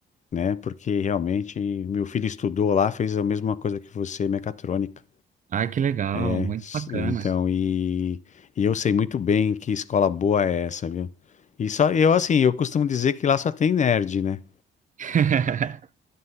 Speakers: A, on the left; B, on the right.
A: né? Porque realmente meu filho estudou lá, fez a mesma coisa que você, mecatrônica,
B: Ai, que legal,
A: né?
B: muito
A: S-
B: bacana.
A: Então, e, e eu sei muito bem que escola boa é essa, viu? E só eu, assim, eu costumo dizer que lá só tem nerd, né?
B: <laughs>